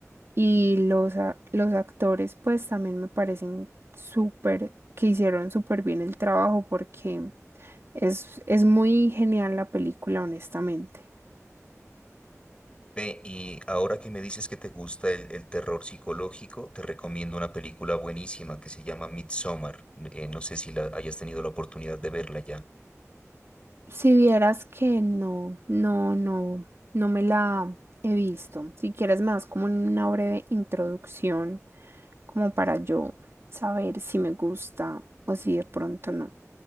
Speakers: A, on the right; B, on the left.
A: Y los, a- los actores pues también me parecen súper, que hicieron súper bien el trabajo porque es, es muy genial la película, honestamente.
B: Ve, y ahora que me dices que te gusta el, el terror psicológico, te recomiendo una película buenísima que se llama Midsommar. Eh, no sé si la hayas tenido la oportunidad de verla ya.
A: Si vieras que no, no, no, no me la he visto. Si quieres más como una breve introducción, como para yo saber si me gusta o si de pronto no.